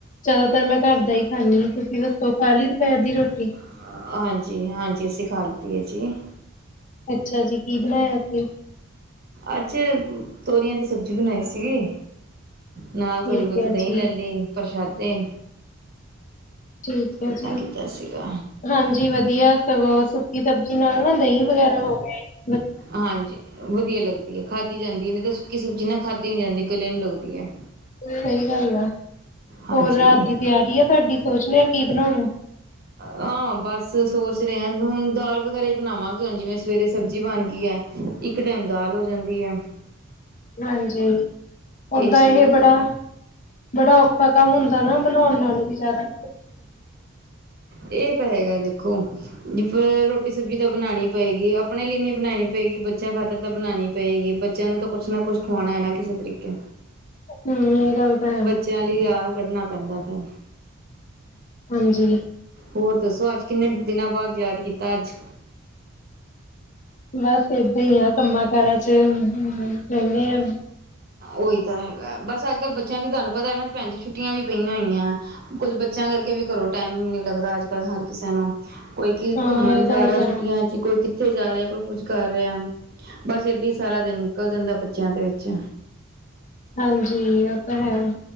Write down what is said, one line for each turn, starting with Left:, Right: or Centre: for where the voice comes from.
Left: ਜ਼ਿਆਦਾਤਰ ਮੈਂ ਘਰ ਦਾ ਹੀ ਖਾਂਨੀ, ਤੁਸੀਂ ਦੱਸੋ ਖਾਲੀ ਦੁਪਹਿਰ ਦੀ ਰੋਟੀ?
Right: ਅ ਹਾਂਜੀ, ਹਾਂਜੀ ਖਾ ਲਿੱਤੀ ਏ ਜੀ।
Left: ਅੱਛਾ ਜੀ, ਕੀ ਬਣਾਇਆ ਫਿਰ?
Right: ਅੱਜ, ਤੋਰੀਆਂ ਦੀ ਸਬਜ਼ੀ ਬਣਾਈ ਸੀਗੀ। ਨਾਲ
Left: ਠੀਕ
Right: ਥੋੜ੍ਹੀ ਬਹੁਤੀ
Left: ਹੈ
Right: ਦੇਹੀਂ
Left: ਜੀ
Right: ਲੈ ਲਈ ਪ੍ਰਸ਼ਾਦੇ
Left: ਠੀਕ ਹੈ
Right: ਏਦਾਂ
Left: ਜੀ
Right: ਕੀਤਾ ਸੀਗਾ
Left: ਹਾਂਜੀ ਵਧੀਆ ਵਧੀਆ ਸੁੱਕੀ ਸਬਜ਼ੀ ਨਾਲ ਨਾ ਦਹੀਂ ਵਗੈਰਾ ਹੋ ਗ੍ਹ
Right: ਹਾਂਜੀ ਵਧੀਆ ਲੱਗਦੀ ਹੈ, ਖਾਧਦੀ ਜਾਂਦੀ ਨਹੀਂ ਤਾਂ ਸੁੱਕੀ ਸਬਜ਼ੀ ਨਾ ਖਾਧੀ ਨੀ ਜਾਂਦੀ ਗਲੇ ਨੂੰ ਲੱਦੀ ਹੈ
Left: ਸਹੀ ਗੱਲ ਆ
Right: ਹਾਂਜੀ
Left: ਹੋਰ ਰਾਤ ਦੀ ਤਿਆਰੀ ਆ ਤੁਹਾਡੀ ਸੋਚ ਲਿਆ ਕੀ ਬਣਾਉਣਾ
Right: ਹਾਂ ਬਸ ਸੋਚ ਰਹੇ ਹਾਂ ਹੁਣ ਦਾਲ ਵਗੈ਼ਭ੍ਹਰਾ ਹੀ ਬਣਾਵਾਂਗੇ ਹੁਣ ਜਿਵੇਂ ਸਵੇਰੇ ਸਬਜ਼ੀ ਬਣ ਗਈ ਹੈ। ਇੱਕ ਟਾਈਮ ਦਾਲ ਹੋ ਜਾਂਦੀ ਹੈ।
Left: ਹਾਂਜੀ ਦਾ
Right: ਚੀਜ਼
Left: ਇਹ
Right: ਹੋ
Left: ਬੜਾ
Right: ਜਾਂਦੀ
Left: ਬੜਾ ਔਖਾ ਕੰਮ ਹੁੰਦਾ ਨਾ ਬਣਾਉਣ ਨਾਲੋਂ ਵੀ ਜ਼ਦਾ
Right: ਇਹ ਤਾਂ ਹੈਗਾ ਦੇਖੋ, ਜ ਰੋਟੀ ਸਬਜ਼ੀ ਤਾਂ ਬਣਾਉਣੀ ਪਏਗੀ ਆਪਣੇ ਲਈ ਨਹੀਂੀ ਬਣਾਉਣੀ ਪਏਗੀ ਬੱਚਿਆਂ ਖਾਤਰ ਤਾਂ ਬਣਾਉਣੀ ਪਏਗੀ‌ ਬੱਚਿਆਂ ਨੂੰ ਤਾਂ ਕੁੱਛ ਨਾ ਕੁੱਛ ਖੁਵਾਉਣਾ ਹੈ ਨਾ ਕਿਸੇ ਤਰੀਕੇ
Left: ਹਮ ਇਹ ਗੱਲ ਤਾਂ
Right: ਬੱਚਿਆਂ ਲਈ ਆਰ ਕੱਢਣਾ ਪੈਂਦਾ ਫਿਰ
Left: ਹਾਂਜੀ।
Right: ਹੋਰ ਦੱਸੋ ਅੱਜ ਕਿੰਨੇ ਦਿਨਾਂ ਬਾਅਦ ਯਾਦ ਕੀਤਾ ਅੱਜ
Left: ਬਸ ਏਦਾਂ ਹੀ ਆ ਕੰਮਾਂ ਕਾਰਾਂ ਚ ਰਹਿੰਦੇ ਹਾਂ।
Right: ਉਹੀ ਤਾਂ ਹੈਗਾ ਬਸ ਅੱਜ-ਕੱਲ੍ਹ ਬੱਚਿਆਂ ਦੀ ਤੁਹਾਨੂੰ ਪਤਾ ਹੈ ਨਾ ਭੈਣ ਜੀ ਛੁੱਟ ਵੀ ਪਈਆਂ ਹੋਈਆਂ। ਕੁੱਝ ਬੱਚਿਆਂ ਕਰਕੇ ਵੀ ਕਰੋ, ਟਾਈਮ ਨ ਨੀ ਲੱਗਦਾ ਅੱਜ-ਕੱਲ੍ਹ ਹਰ ਕਿਸੇ ਨੂੰ। ਕੋਈ ਕੀ
Left: ਹਾਂ
Right: ਘੁੰਮਣ
Left: ਇਹ
Right: ਜਾ
Left: ਗੱਲ
Right: ਰਿਹਾ
Left: ਤਾਂ
Right: ਛੁੱਟੀਆਂ
Left: ਹੈ
Right: ਚ ਕੋਈ ਕਿ ਕਿੱਥੇ ਜਾ ਰਿਹਾ ਕੋਈ ਕੁੱਝ ਕਰ ਰਿਹਾ, ਬਸ ਏਦ ਸਾਰਾ ਦਿਨ ਨਿਕਲ ਜਾਂਦਾ ਬੱਚਿਆਂ ਦੇ ਵਿੱਚ
Left: ਹਾਂਜੀ ਉਹ ਤਾਂ ਹੈ।